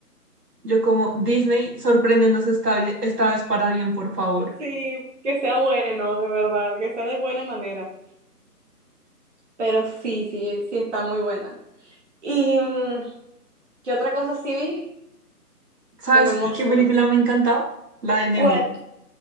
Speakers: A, on the right (about 75°); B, on the right (about 45°).
A: yo como Disney, sorpréndenos esta, vi- esta vez para bien, por favor.
B: Sí, que sea bueno, de verdad, que sea de buena manera. Pero sí, sí, sí está muy buena. ¿Y mm, qué otra cosa sí vi
A: ¿Sabes
B: que me emocionó?
A: qué película me encantaba? La de Nemo,
B: ¿Cuál?